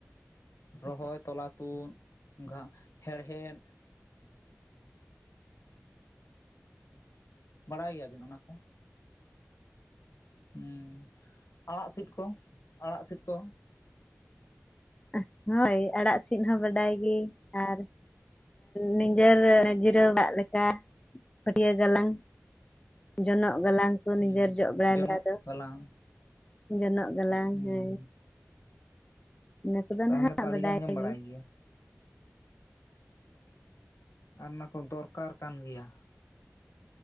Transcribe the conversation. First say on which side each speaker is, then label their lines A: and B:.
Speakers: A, on the left (about 70°); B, on the left (about 20°).
A: ᱨᱚᱦᱚᱭ ᱛᱚᱞᱟ ᱛᱩᱫ ᱜᱷᱟ ᱦᱮᱲᱦᱮᱫ ᱵᱟᱲᱟᱭ ᱜᱮᱭᱟᱵᱤᱱ ᱚᱱᱟ ᱠᱚ ᱦᱩᱸ ᱟᱲᱟᱜ ᱥᱤᱫ ᱠᱚ ᱟᱲᱟᱜ ᱥᱤᱫ ᱠᱚ
B: <unintelligible> ᱦᱳᱭ ᱟᱲᱟᱜ ᱥᱤᱫ ᱦᱚᱸ ᱵᱟᱰᱟᱭ ᱜᱮ ᱟᱨ ᱱᱤᱡᱮᱨ ᱡᱤᱨᱟᱹᱣᱟᱜ ᱞᱮᱠᱟ ᱠᱟ ᱯᱷᱟᱹᱴᱭᱟᱹ ᱜᱟᱞᱟᱝ ᱡᱚᱱᱚᱜ ᱜᱟᱞᱟᱝ ᱱᱤᱡᱮᱨ
A: ᱦᱩᱸ
B: ᱡᱚᱜ ᱵᱟᱲᱟᱭ
A: ᱡᱚᱱᱚᱜ
B: ᱞᱮ ᱟᱫᱚ
A: ᱜᱟᱞᱟᱝ
B: ᱡᱚᱱᱚᱜ ᱜᱟᱞᱟᱝ
A: ᱦᱩᱸ
B: ᱦᱮᱸ ᱤᱱᱟᱹ ᱠᱚᱫᱚ
A: ᱛᱟᱦᱚᱞᱮ
B: ᱱᱟᱦᱟᱜ
A: ᱛᱚ ᱟᱹᱰᱤ
B: ᱵᱟᱰᱟᱭ
A: ᱜᱟᱱ ᱜᱮᱢ ᱵᱟᱲᱟᱭ
B: ᱜᱮ
A: ᱜᱮᱭᱟ᱾ ᱟᱨ ᱚᱱᱟᱠᱚ ᱫᱚᱨᱠᱟᱨ ᱠᱟᱱ ᱜᱮᱭᱟ᱾